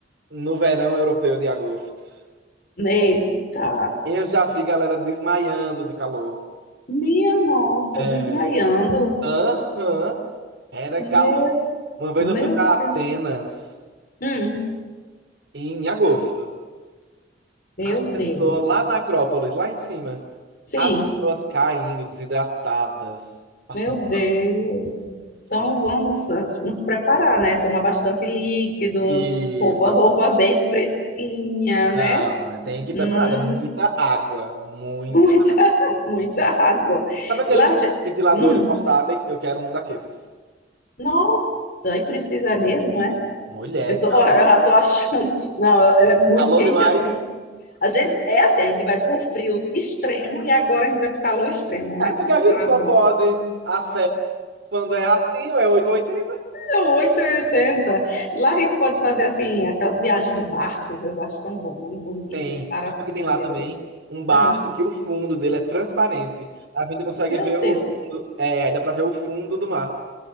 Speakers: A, on the right; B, on the left.
A: no verão europeu de agosto.
B: Eita,
A: Eu já vi galera desmaiando de calor.
B: minha nossa,
A: É.
B: desmaiando.
A: Aham. Era
B: Meu,
A: calor. Uma vez
B: meu
A: eu fui pra Atenas
B: Deus. Hum,
A: em agosto.
B: meu
A: As pessoas
B: Deus.
A: lá na Acrópolis, lá em cima,
B: Sim.
A: as pessoas caindo, desidratadas, passando
B: Meu Deus. Então
A: fome.
B: vamos eh, nos preparar, né? Tomar bastante líquido,
A: Isso,
B: roupa, roupa bem fresquinha, né?
A: Não, tem que ir
B: Hum,
A: preparado. É muita água, muita.
B: Muita, <laughs> muita água.
A: Sabe aqueles
B: E lá, ge-
A: ventiladores
B: hum,
A: portáteis? Eu quero um daqueles.
B: nossa, e precisa mesmo, é?
A: Mulher,
B: Eu tô,
A: calor.
B: ó, eu já tô achando. <laughs> Não, é é muito
A: Calor
B: quente
A: demais.
B: assim. A gente, é assim, a gente vai pro frio extremo e agora a gente vai pro calor extremo,
A: É
B: né?
A: porque a gente
B: Tá
A: só
B: bom.
A: pode as férias quando é assim, ou é oito ou oitenta.
B: Então, oito e oitenta Lá a gente pode fazer assim, aquelas viagens de barco. Eu acho tão bom, um bonito,
A: Tem.
B: para
A: Sabe
B: assim
A: o que tem
B: no
A: lá
B: meio
A: também?
B: do mundo.
A: Um barco
B: Hum,
A: que o fundo dele é transparente. A gente consegue
B: meu
A: ver o
B: Deus.
A: fundo. É, aí dá pra ver o fundo do mar.